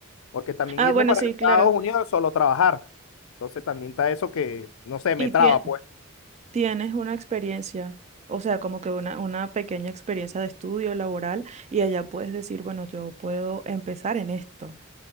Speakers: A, on the left; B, on the right.
A: Porque también
B: Ah,
A: irme
B: bueno,
A: para
B: sí,
A: Estados
B: claro.
A: Unidos es solo trabajar. Entonces también está eso que, no sé, me
B: Y
A: traba,
B: tiene...
A: pues.
B: Tienes una experiencia, o sea, como que una, una pequeña experiencia de estudio laboral y allá puedes decir, bueno, yo puedo empezar en esto.